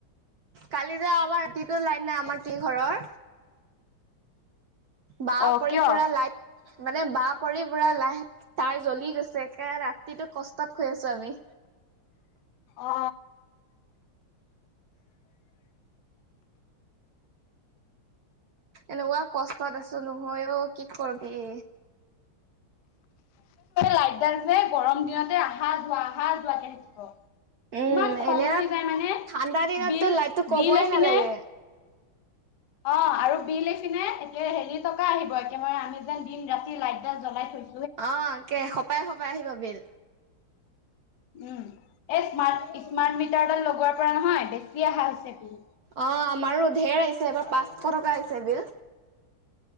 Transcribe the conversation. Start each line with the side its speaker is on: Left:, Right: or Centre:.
Right: কালি যাবাৰ ৰাতিটো লাইন নাই আমাৰ কি ঘৰৰ বাহ
Left: অ
Right: পৰি
Left: কিয়?
Right: পুৰা লাইট মানে বাহ পৰি পুৰা লাই তাৰ জ্বলি গৈছ- চকে ৰাতিটো কষ্টত খৈ আছো আমি
Left: অ।
Right: এনেকুৱা কষ্টত আছো নহয়ও কি কৰিবি
Left: লাইটদাল যে গৰম দিনতে আহা যোৱা আহা যোৱা কে থাকিব।
Right: উম
Left: ইমান খং
Right: এনে
Left: উঠি যায় মানে
Right: ঠাণ্ডা দিনততো
Left: বিল
Right: লাইটটো কবই
Left: বিল এইখিনে
Right: নালাগে
Left: অ আৰু বিল এইফিনে একে হেৰি টকা আহিব একেবাৰে আমি যেন দিন ৰাতি লাইটডাল জ্বলাই থৈ-
Right: অ কে সপাই সপাই আহি বিল।
Left: উম এ স্মাৰ্ট স্মাৰ্ট মিটাৰডাল লগোৱাৰ পৰা নহয় বেছি অহা হৈছে কি?
Right: অ আমাৰো। ধেৰ আহিছে এবাৰ
Left: উম
Right: পাঁচশ টকা আহিছে বিল